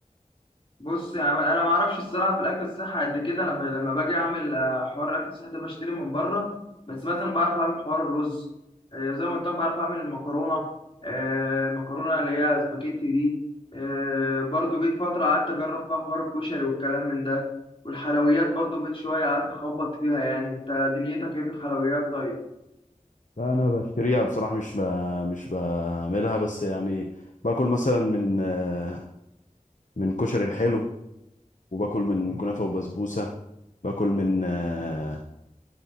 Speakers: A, on the left; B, on the left.
A: بص يا عم انا ما اعرفش الصراحه في الاكل الصحي قد كده انا ب... لما باجي اعمل آه، حوار الاكل الصحي ده بشتري من بره بس مثلا بعرف اعمل حوار الرز آه، زي ما قلت لك بعرف اعمل المكرونه آه، المكرونه اللي هي سباكيتي دي آه، برضو جيت فتره قعدت اجرب فيها حوار الكشري والكلام من ده والحلويات برضو جيت شويه قعدت اخبط فيها يعني انت دنيتك ايه في الحلويات طيب
B: لا انا بشتري بشتريها بصراحة مش ب... مش بعملها بس يعني باكل مثلا من آه، من كشري الحلو وباكل من كنافة وبسبوسة باكل من آه،